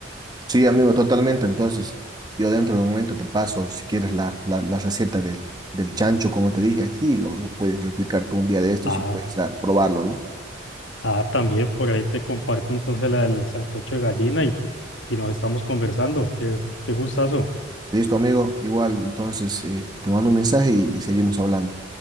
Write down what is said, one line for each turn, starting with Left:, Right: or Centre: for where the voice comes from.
Right: Sí, amigo, totalmente. Entonces, yo dentro de un momento te paso, si quieres, la, la, la receta del, del chancho, como te dije aquí, y lo, lo puedes replicar tú un día de estos
Left: Ah.
Right: y puedes dar, probarlo, ¿no?
Left: Ah, también por ahí te comparto entonces la del sancocho de gallina y, y nos estamos conversando. Qué, qué gustazo.
Right: Listo, amigo, igual, entonces, eh, te mando un mensaje y y seguimos hablando.